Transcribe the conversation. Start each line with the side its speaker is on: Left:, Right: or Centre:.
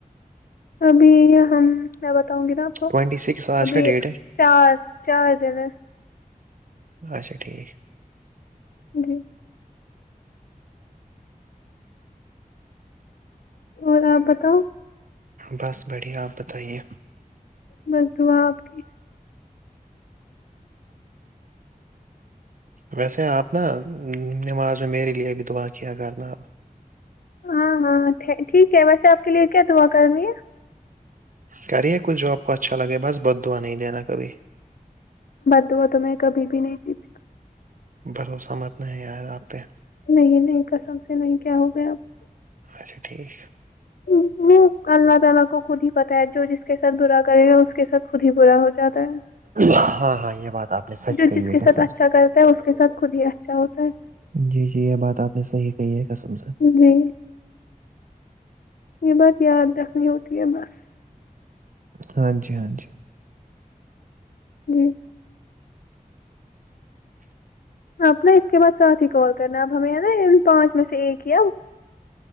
Left: ابھی ہم میں بتاؤں گی ناپ
Right: ٹوینٹی سکس آج
Left: ابھی
Right: کا ڈیٹ ہے
Left: چار چار جن
Right: اھا ٹھیک
Left: جی اور آپ بتاؤ
Right: بس بڑھیا آپ بتائیے
Left: مس دوں آ آپ کی
Right: ویسے آپ نا نماز میں میرے لیے ا بھی دبعا کیا کرنا آپ
Left: ہاں ہاں ٹھیک ہے ویسے آپ کے لیے کیا دعا کرنی ہے
Right: کریے کچھ جو آپ کو اچھا لگے بس بد دا نہیں دینا کبھی
Left: تو وہ تو میں کبھی بھی نہیں جیتی
Right: بھروسہ متنا ہے یار آپ پہ
Left: نہیں نہیں کسم سے نہیں کیا ہو گیا آپ
Right: اچھا ٹھیک
Left: <unintelligible> جو جس کے ساتھ اچھا کرتا ہے اس کے ساتھ
Right: ہاں
Left: خود
Right: ہاں یہ بات آپ
Left: ہی
Right: نے سچ کہی
Left: اچھا
Right: ہے قسم سے
Left: اچ کیاا ہوتا ہے
Right: جی جی یہ بات آپ نے صحیح کہی ہے قسم سے
Left: ہے جی یہ بات یاد رکھنا ہوتی بس
Right: ہاں جی ہاں جی
Left: جی آپ اس کے بعد ساتھ ہی کال کرنا اب ہمیں نا پانچ میں سے ایک ہی